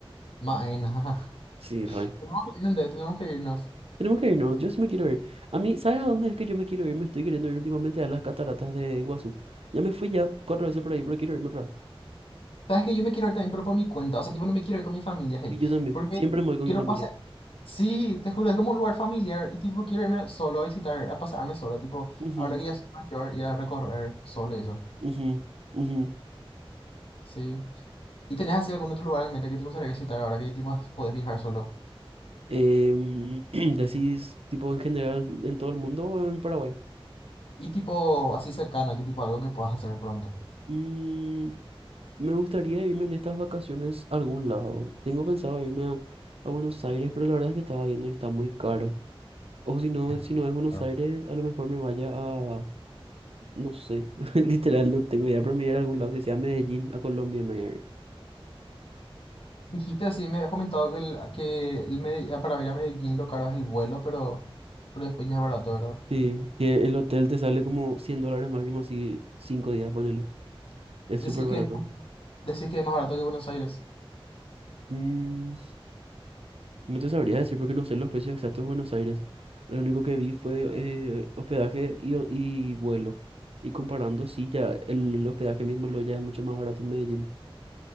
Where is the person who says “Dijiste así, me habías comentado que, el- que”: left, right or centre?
Left